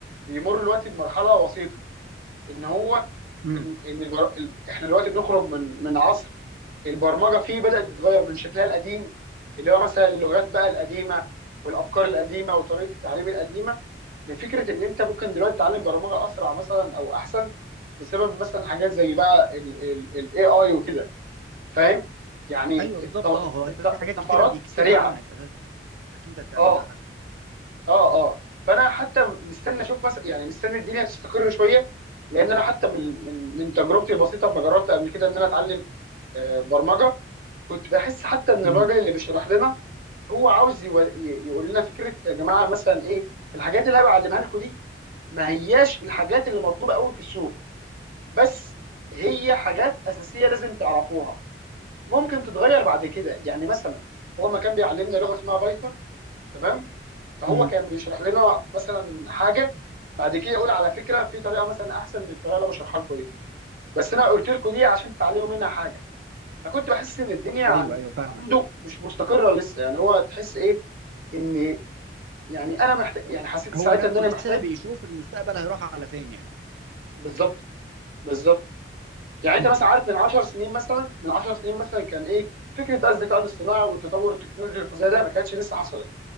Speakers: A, on the right; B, on the right.
A: بيمر دلوقتي بمرحله وسيطه ان هو
B: امم
A: ان ان البر... ال- احنا دلوقتي بنخرج من من عصر البرمجه فيه بدات تتغير من شكلها القديم اللي هو مثلا اللغات بقى القديمه والافكار القديمه وطريقه التعليم القديمه لفكره ان انت ممكن دلوقتي تتعلم برمجه اسرع مثلا او احسن بسبب مثلا حاجات زي بقى الاي اي وكده فاهم يعني
B: ايوه بالظبط
A: الط-
B: اه هو
A: الط-
B: في حاجات
A: الطفرات
B: كتيره بيكتبها
A: سريعه
B: عنك اساسا إنك انت تعملها
A: اه
B: حتى
A: اه اه فانا حتى مستني اشوف مثلا يعني مستني الدنيا تستقر شويه لان انا حتى من من من تجربتي البسيطه لما جربت قبل كده ان انا اتعلم آه، برمجه كنت بحس حتى ان
B: امم
A: الراجل اللي بيشرح لنا هو عاوز يو- ي- يقول لنا فكره يا جماعه مثلا ايه الحاجات اللي انا بعلمها لكم دي ما هياش الحاجات اللي مطلوبه قوي في السوق بس هي حاجات اساسيه لازم تعرفوها ممكن تتغير بعد كده يعني مثلا هو ما كان بيعلمنا لغه اسمها بايثون تمام فهو
B: امم
A: كان بيشرح لنا مثلا حاجه بعد كده يقول على فكره في طريقه مثلا احسن من الطريقه اللي أنا بشرحها لكم دي بس انا قلت لكم دي عشان تتعلموا منها حاجه فكنت بحس ان الدنيا
B: ايوه
A: عن...
B: ايوه فاهمك
A: عنده مش مستقره لسه يعني هو تحس ايه ان يعني انا محتاج يعني حسيت ساعتها
B: هو نفسه
A: ان انا
B: لسه
A: محتاج
B: بيشوف المستقبل هيروح على فين يعني
A: بالظبط بالظبط يعني انت
B: مم.
A: مثلا عارف من 10 سنين مثلا من 10 سنين مثلا كان ايه فكره بقى الذكاء الاصطناعي والتطور التكنولوجي الفظيع ده ما كانتش لسه حصلت